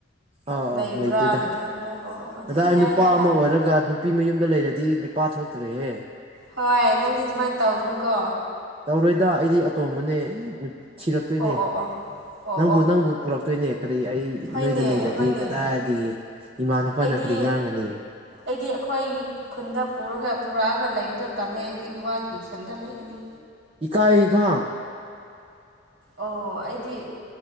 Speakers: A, on the right; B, on the right.
A: ꯑꯥ ꯑꯥ
B: ꯂꯩꯕ꯭ꯔꯥꯅ
A: ꯂꯩꯇꯦꯗ
B: ꯈꯟꯕ ꯑꯣ ꯑꯗꯨꯗꯤ
A: ꯀꯗꯥꯏ
B: ꯌꯥꯏꯗ
A: ꯅꯨꯄꯥ ꯑꯃ ꯑꯣꯏꯔꯒ ꯅꯨꯄꯤ ꯃꯌꯨꯝꯗ ꯂꯩꯔꯗꯤ ꯅꯨꯄꯥ ꯊꯣꯛꯇ꯭ꯔꯦꯍꯦ
B: ꯍꯣꯏ ꯅꯪꯗꯤ ꯑꯗꯨꯃꯥꯏꯅ ꯇꯧꯒꯅꯨꯀꯣ
A: ꯇꯧꯔꯣꯏꯗ ꯑꯩꯗꯤ ꯑꯇꯣꯝꯕꯅꯦ ꯊꯤꯔꯛꯇꯣꯏꯅꯦ
B: ꯑꯣ ꯑꯣ ꯑꯣ ꯑꯣ
A: ꯅꯪꯕꯨ
B: ꯑꯣ
A: ꯅꯪꯕꯨ ꯄꯨꯔꯛꯇꯣꯏꯅꯦ ꯀꯔꯤ ꯑꯩ
B: ꯍꯣꯏꯅꯦ
A: ꯅꯣꯏꯗ ꯂꯩꯔꯗꯤ
B: ꯍꯣꯏꯅꯦ
A: ꯀꯗꯥꯏꯗꯤ ꯏꯃꯥꯟꯅ ꯍꯣꯏꯅ
B: ꯑꯩꯗꯤ
A: ꯀꯔꯤ ꯉꯥꯡꯒꯅꯤ
B: ꯑꯩꯗꯤ ꯑꯩꯈꯣꯏ ꯈꯨꯟꯗ ꯄꯨꯔꯒ ꯄꯨꯔꯛꯑꯒ ꯂꯩꯕꯗꯣ ꯇꯂꯦ ꯑꯩꯗꯤ ꯏꯋꯥꯒꯤ ꯈꯨꯟꯗ ꯂꯩꯒꯅꯤ
A: ꯏꯀꯥꯏꯒ
B: ꯑꯣ ꯑꯩꯗꯤ